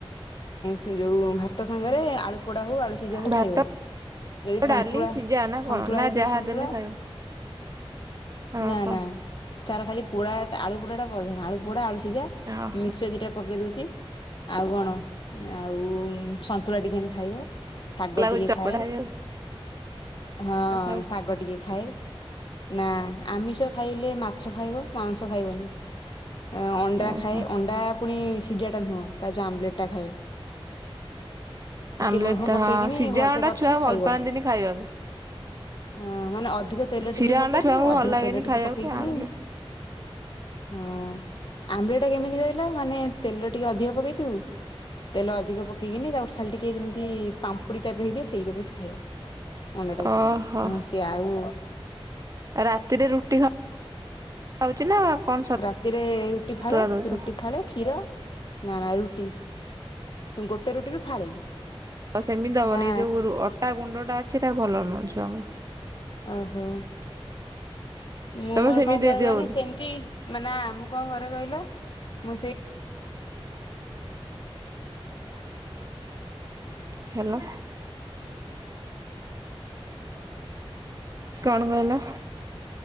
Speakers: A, on the left (about 55°); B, on the right (about 35°).
A: ସେ ଯୋଉ ଭାତ ସାଙ୍ଗରେ ଫୋପୋଡ଼ା ହେଉ ଆଳୁ ସିଝା ହେଉ
B: ଭାତ
A: ଖାଇବ ଯଦି ସନ୍ତୁଳା
B: ଡାଲି ସିଝା ନା କଣ
A: ସନ୍ତୁଳା
B: ନା
A: ହେଇଯିବ
B: ଯାହା
A: ସନ୍ତୁଳା
B: ଦେଲେ ଖାଇବ? ଓହୋ
A: ନା ନା ତାର ଖାଲି ପୋଡ଼ା ଆଳୁ ପୋଡ଼ାଟା ପ୍ରଧାନ ଆଳୁ ପୋଡ଼ା ଆଳୁ ସିଝା
B: ଓହୋ
A: ମିକ୍ସଚର ଦିଟା ପକାଇ ଦେଉଛି ଆଉ କଣ ଆଉ ସନ୍ତୁଳା ଟିକେନ ଖାଇବ। ଶାଗ
B: ଲାଗୁଛି
A: ଟିକେ
B: ଚପଟା
A: ଖାଏ
B: ହେଇଯାଉ
A: ହଁ
B: ଖାଉଛି।
A: ଶାଗ ଟିକେ ଖାଏ। ନା ଆମିଷ ଖାଇଲେ ମାଛ ଖାଇବ ମାଉଁସ ଖାଇବନି। ଅଣ୍ଡା
B: ଓହୋ
A: ଖାଏ ଅଣ୍ଡା ପୁଣି ସିଝାଟା ନୁହଁ ତା ଯୋଉ ଆମ୍ଲେଟ ଟା ଖାଏ। ଟିକେ
B: ଆମ୍ଲେଟ
A: ଲୁଣ ଫୁଣ
B: ଟା
A: ପକେଇକିନି
B: ହଁ ସିଝା
A: ଭଲସେ
B: ଅଣ୍ଡା
A: କରିଥିବି
B: ଛୁଆ ଭଲ
A: ଖାଇବ।
B: ପାଆନ୍ତିନି ଖାଇବାକୁ।
A: ଅ ମାନେ ଅଧିକ ତେଲ
B: ସିଝା
A: ଟିକେ ପକେଇଥିବ
B: ଅଣ୍ଡା ଛୁଆଙ୍କୁ
A: ଅଧିକ
B: ଭଲ ଲାଗେନି
A: ତେଲ ଟିକେ
B: ଖାଇବାକୁ
A: ପକେଇକିନି
B: ଆମ୍ଲେଟ
A: ହଁ ଆମ୍ୱିଟା କେମିତି କହିଲା ମାନେ ତେଲ ଟିକେ ଅଧିକ ପକେଇଥିବୁ ତେଲ ଅଧିକ ପକେଇକିନି ତାପଟରେ ଖାଲି ଟିକେ ଯେମିତି ପାମ୍ପୁଡ଼ି ଟାଇପର ହେଇଯାଏ ସେଇ ଟାଇପର ସେ ଖାଇବ। ଅଣ୍ଡା ଟା କୁ
B: ଓହୋ।
A: ନାହେନେ ସିଏ ଆଉ
B: ରାତିରେ ରୁଟି ଖା ଉଛି ନା କଣ
A: ରାତିରେ ରୁଟି
B: ସତୁଆ
A: ଫାଳେ
B: ଦଉଛ?
A: ରୁଟି ଫାଳେ କ୍ଷୀର ନା ନା ରୁଟି ଗୋଟେ ରୁଟିରୁ ଫାଳେ।
B: ହ ସେମିତି ଦବନି
A: ନା
B: ଯୋଉ ଅଟା ଗୁଣ୍ଡ ଟା ଅଛି ଭଲ ନୁହଁ ଛୁଆଙ୍କୁ।
A: ଓହୋ ମୁଁ
B: ତମେ
A: ମୋର
B: ସେମିତି
A: କଣ
B: ଦେଇଦିଅ
A: କରେ
B: ବୋଧେ
A: ସେମିତି ମାନେ ଆମୁ କଁ କରେ କହିଲ ମୁଁ ସେ
B: ହ୍ୟାଲୋ। କଣ କହିଲ?